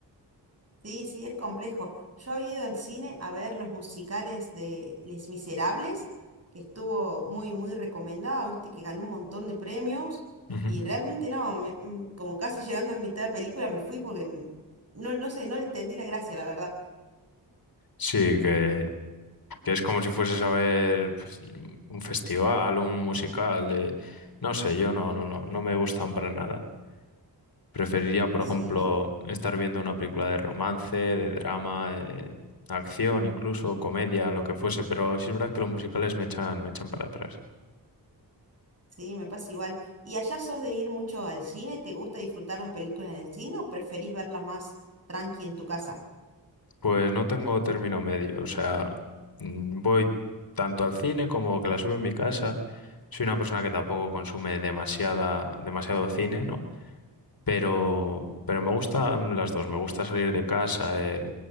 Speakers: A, on the right (about 35°); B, on the left (about 55°).
A: Sí, sí, es complejo. Yo había ido al cine a ver los musicales de Les Miserables, que estuvo muy, muy recomendado, viste, que ganó un montón de premios,
B: Ujú.
A: y realmente no, me- mm, como casi llegando a mitad de película me fui porque n- no, no sé, no le entendí la gracia, la verdad.
B: Sí, que, que es como si fueses a ver pues, un festival, un musical, de- no sé, yo no, no, no, no me gustan para nada. Preferiría, por
A: Sí,
B: ejemplo,
A: sí.
B: estar viendo una película de romance, de drama, eh, acción, incluso comedia, lo que fuese, pero sí es verdad que los musicales me echan, me echan para atrás.
A: Sí, me pasa igual. ¿Y allá sos de ir mucho al cine? ¿Te gusta disfrutar las películas en el cine o preferís verlas más tranqui en tu casa?
B: Pues no tengo término medio, o sea, mm, voy tanto al cine como que la subo en mi casa. Soy una persona que tampoco consume demasiada, demasiado cine, ¿no? Pero, pero me gustan las dos, me gusta salir de casa, eh,